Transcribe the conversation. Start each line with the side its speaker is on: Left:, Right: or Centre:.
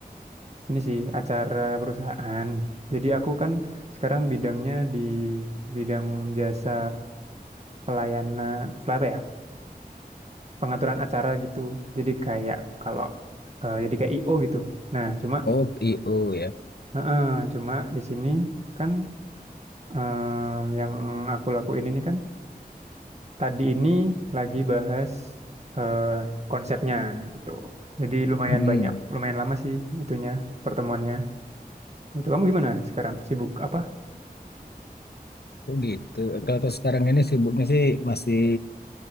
Right: ini sih acara perusahaan. Jadi aku kan sekarang bidangnya di bidang jasa pelayanan, pel- apa ya? Pengaturan acara gitu. Jadi kayak kalau eh, jadi kayak IO gitu. Nah, cuma,
Left: Oh, PO ya.
Right: eh, eh, cuma di sini kan. Em, yang aku lakuin ini kan tadi ini lagi bahas eh, konsepnya gitu. Jadi lumayan
Left: Mm-mm.
Right: banyak, lumayan lama sih itunya pertemuannya. Itu kamu gimana sekarang? Sibuk apa?
Left: Oh gitu. Kalau tuh sekarang ini sibuknya sih masih